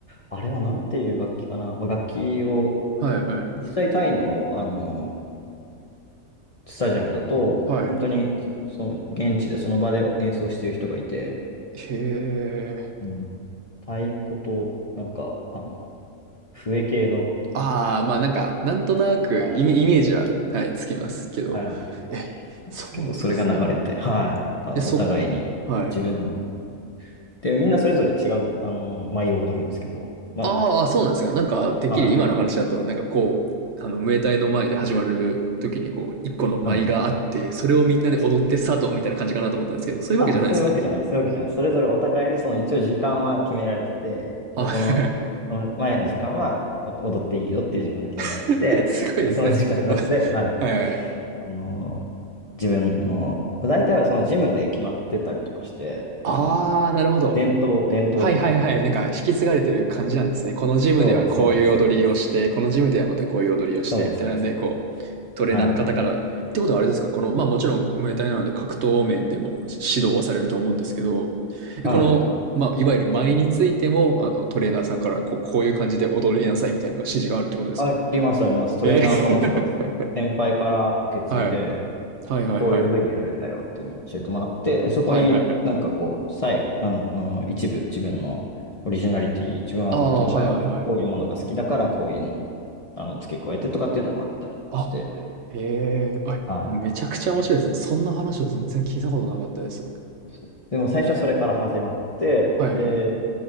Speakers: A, on the left; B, on the right.
A: あれはなんていう楽器かな。まあ、楽器を、
B: はいはい。
A: 実際タイの、あの、スタジアムだと、
B: はい。
A: 本当にそ、その、現地でその場で演奏してる人がいて、
B: へえ。
A: うん、太鼓と、なんか、あの、笛系の、
B: ああ、まあなんか、なんとなくイメ、
A: はい。
B: イメージは、はい、つきますけど。
A: はいな
B: え、そうなんですね。
A: んですけど、それが流れて、はい。あの、
B: え、そ、
A: お互いに自分の。
B: はい。
A: で、みんなそれぞれ違う、あの、舞を踊るんですけど、まあ、
B: ああ、
A: い
B: そうなんですが、
A: いくつかその、
B: なんか、てっきり今の話だと、
A: はい。
B: なんかこう、あの、ムエタイの前で始まる時に、こう、一個の舞があって、
A: うん。
B: それをみんなで踊ってスタートみたいな感じかなと思ったんですけど、
A: あ、そ
B: そういうわけじゃないですね。
A: あそういうわけじゃない、そういうわけじゃない。それぞれお互いに、その一応時間は決められてて、
B: あ、はい
A: この、この前の時間はお踊っていいよっていう時間が決められてて、
B: <laughs> すごいですね。
A: その時間の中で、
B: <laughs>
A: はい。
B: はいはい。
A: あの、自分の、大体はそのジムで決まってたりとかして、
B: ああ、
A: あの、
B: なるほど。
A: 伝統、伝統みたいな感じで、
B: はいはいはい。なんか引き継がれてる感じなんですね。このジムではこういう踊りをして、
A: そうです、そうです、そうです。
B: このジムではまたこういう踊りをして、
A: そうです、
B: みたいなんで、
A: そうです、そうです。
B: こう、トレーナーの方から、
A: はい。
B: ってことはあれですか、この、まあもちろんムエタイなので格闘面でも指導はされると思うんですけど、
A: はい。
B: この、まあいわゆる舞についても、あの、トレーナーさんからこう、こういう感じで踊りなさいみたいな指示があるってことですか
A: あります、あります。トレーナーかもしくは先輩から受け継いで、
B: えー <laughs> はい。はいはいはい。
A: こういうふうにやるんだよっていうのを教えてもらって、でそこになんかこう、
B: はいはいはい。
A: さい、あの、あの一部、自分のオリジナリティ、自分は例えばこういうものが好きだからこういうのをあの付け加えてとかっていうのもあったりとかして、
B: ああ、はいはいはい。あ、へえ、あ、
A: は
B: めちゃくちゃ面白いですね。そんな話を全然聞いたことなかったです。
A: い。そうでも最初はそれから始まって、
B: はいはい。
A: で、